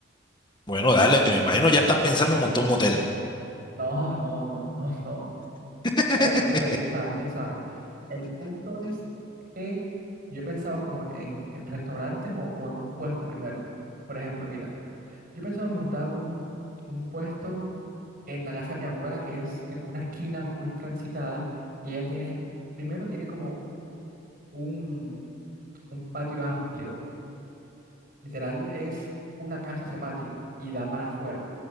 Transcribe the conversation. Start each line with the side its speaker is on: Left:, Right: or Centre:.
Left: Bueno, dale, me imagino ya estás pensando en montar un motel.
Right: No, no, no, no, no.
Left: <laughs>
Right: Oh, no sé, quién sabe, quién sabe. El punto es que yo he pensado como en, en, en restaurantes o, o en un puesto primero. Por ejemplo, mira, yo he pensado en montar un, un puesto en la casa de mi abuela, que es en una esquina muy transitada, y ella tiene, primero tiene como un, un patio amplio, literal es una casa ese patio, y da para afuera,